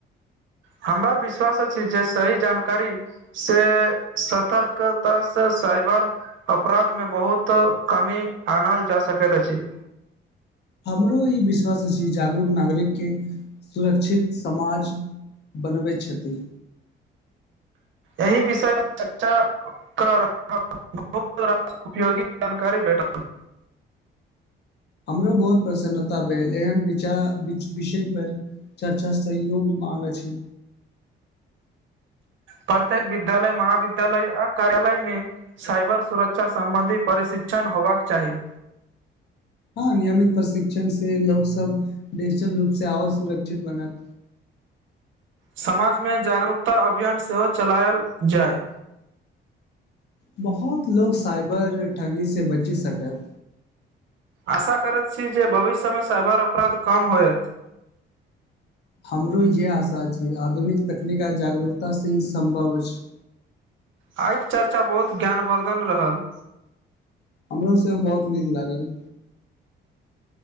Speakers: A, on the right (about 75°); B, on the left (about 60°).
A: हमरा विश्वास अछि जे सही जानकारी से सतर्कता से साइबर अपराध मे बहुत कमी आनल जा सकैत अछि
B: हमरो ई विश्वास अछि जागरूक नागरिक के सुरक्षित समाज बनबै छथिन
A: एहि विषय <unintelligible> मे चर्चा कऽ रहल बहुत राह <unintelligible> उपयोगी जानकारी भेटल
B: हमरो बहुत प्रसन्नता भेल एहन विचार विच विषय पर चर्चा सहयोग माँगै छै
A: प्रत्येक विद्यालय महाविद्यालय आ कार्यालय मे साइबर सुरक्षा सम्बन्धी प्रशिक्षण होबाक चाही
B: हँ नियमित प्रशिक्षण से लोक सब डिजिटल रूप से आओर सुरक्षित बनत
A: समाज मे जागरूकता अभियान सेहो चलायल जाय
B: बहुत लोग साइबर ठगी से बचि सकत
A: आशा करैत छी जे भविष्य मे साइबर अपराध कम होयत
B: हमरो इएह आशा अछि आधुनिक तकनीक आ जागरूकता से ही सम्भव अछि
A: आइक चर्चा बहुत ज्ञानवर्धन रहल
B: हमरो सेहो बहुत नीक लागल